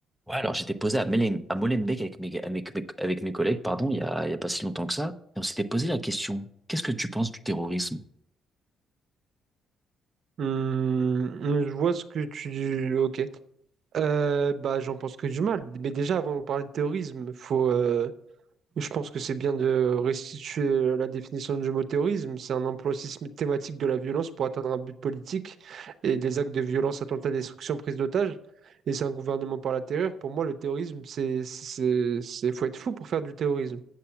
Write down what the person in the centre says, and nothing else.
Ouais, alors j'étais posé à, Melen- à Molenbeek avec mes, avec, mes- avec mes collègues, pardon, il y a, il y a pas si longtemps que ça, et on s'était posé la question, qu'est-ce que tu penses du terrorisme?